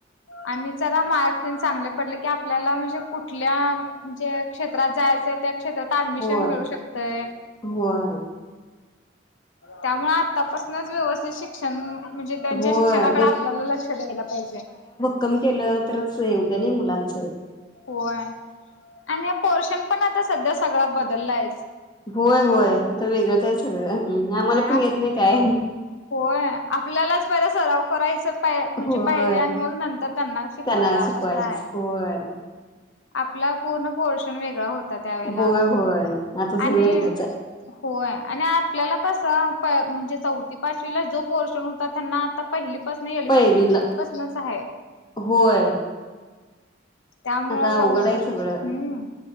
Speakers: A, on the left; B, on the left.
A: आणि जरा मार्कन चांगले पडले की आपल्याला म्हणजे कुठल्या जे क्षेत्रात जायचंय त्या क्षेत्रात अऍडमिशन
B: होय
A: मिळू शकतय
B: होय
A: त्यामुळे आतापासूनच व्यवस्थित शिक्षण म्हणजे त्यांच्या
B: होय
A: शिक्षणाकडे आपल्याला लक्ष द्यायला पाहिजे
B: कम केलं तरच हेवगं नाही मुलांचं
A: होय आणि पोर्शन पण आता सध्या सगळा बदललायच
B: होय होय आता वेगळंच आहे सगळं
A: होय
B: आम्हाला पण
A: आप
B: येत नाही काय
A: होय आपल्यालाच पहिला सराव करायच पा म्हणजे
B: होय
A: पाहिजे आणि मग नंतर त्यांना शिकवायला
B: त्यांना शिकवायच
A: असं आय
B: होय
A: आपला पूर्ण पोर्षण वेगळा होत त्यावेळेला
B: होय होय आता सगळं
A: आणि
B: वेगळंच आहे
A: होय आणि आपल्याला कस म्हणजे चौथी पाचवीला जो पोर्शन होता त्यांना आता पहिली पाासन येलुकेची
B: पहिलीला
A: कपासनच आहे
B: होय
A: त्यामुळ
B: आता
A: अस
B: अवघड
A: हम्म
B: आहे सगळं